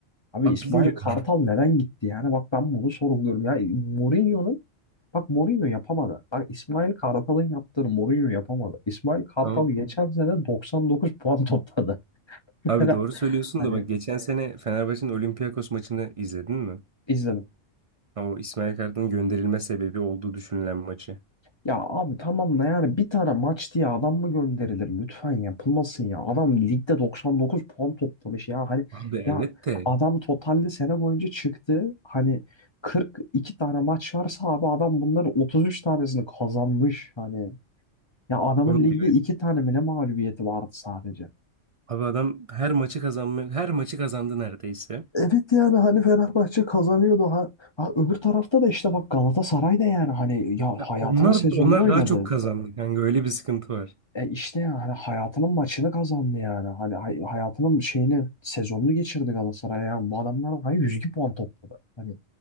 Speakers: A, on the left; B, on the right.
A: Abi
B: Abi
A: İsmail
B: bilmiyorum.
A: Kartal neden gitti? Yani bak ben bunu sorguluyorum ya. Mourinho'nun bak Mourinho yapamadı. Bak İsmail Kartal'ın yaptığını Mourinho yapamadı. İsmail Kartal
B: Abi,
A: geçen sene 99 puan topladı. <laughs>
B: abi
A: Yani
B: doğru söylüyorsun
A: hani
B: da bak geçen sene Fenerbahçe'nin Olympiakos maçını izledin mi?
A: izledim.
B: O İsmail Kartal'ın gönderilme sebebi olduğu düşünülen maçı.
A: Ya abi tamam da yani bir tane maç diye adam mı gönderilir? Lütfen yapılmasın ya. Adam ligde 99 puan toplamış ya. Hani
B: Abi
A: ya
B: evet de
A: adam totalde sene boyunca çıktı. Hani 42 tane maç varsa abi adam bunların 33 tanesini kazanmış. Hani ya adamın
B: Oğlum
A: ligde
B: evet.
A: 2 tane mi ne mağlubiyeti vardı sadece.
B: Abi adam her maçı kazanmıyor. Her maçı kazandı neredeyse.
A: Evet yani hani Fenerbahçe kazanıyordu. Ha, ha öbür tarafta da işte bak Galatasaray da yani hani ya
B: Ya
A: hayatının
B: Onlar
A: sezonunu
B: onlar
A: oynadı.
B: daha çok kazandı kanka öyle bir sıkıntı var.
A: E işte ya, hani hayatının maçını kazandı yani. Hani hay- hayatının şeyini, sezonunu geçirdi Galatasaray. Yani bu adamlar hani 102 puan topladı. Hani